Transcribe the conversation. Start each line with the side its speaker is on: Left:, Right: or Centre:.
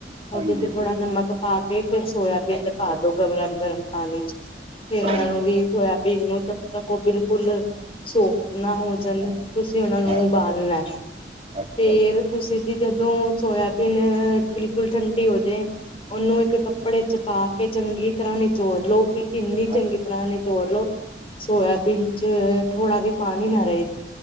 Left: ਉਹਦੇ
Right: ਹਾਂਜੀ
Left: ਚ ਥੋੜਾ ਨਮਕ ਪਾ ਕੇ, ਫੇਰ ਸੋਯਬੀਨ ਪਾ ਦੋ ਗਰਮ- ਗਰਮ ਪਾਣੀ ਚ, ਫੇਰ
Right: ਹਾਂਜੀ
Left: ਉਹਨਾਂ ਨੂੰ ਵੀ ਸੋਇਆਬੀਨ ਨੂੰ ਜਦ ਤੱਕ ਉਹ ਬਿਲੁ ਫੁਲ ਸੋਫਟ ਨਾ ਹੋ। ਤੁਸੀਂ ਉਹਨਾ ਨੂੰ
Right: ਹਾਂ
Left: ਉਬਾਲਣਾ ਏ।
Right: ਅੱਛਾ
Left: ਫੇਰ
Right: ਜੀ
Left: ਤੁਸੀਂ ਜੀ ਜਦੋਂ ਸੋਇਆਬੀਨ ਬਿਲਕੁਲ ਠੰਡੀ ਹੋ ਜਾ ਐ। ਉਹਨੂੰ ਇੱਕ ਕੱਪੜੇ ਚ ਪਾ ਕੇ ਚੰਗੀ ਤਰਾਂ ਨਿਚੋੜ ਲਉ। ਵੀ ਇੰਨੀ
Right: ਹਾਂ
Left: ਚੰਗੀ ਤਰਾਂ ਨਿਚੋੜ ਲਉ ਸੋਯਬੀਨ ਚ ਥੋੜਾ ਵੀ ਪਾਣੀ ਨਾ ਰਹੇ।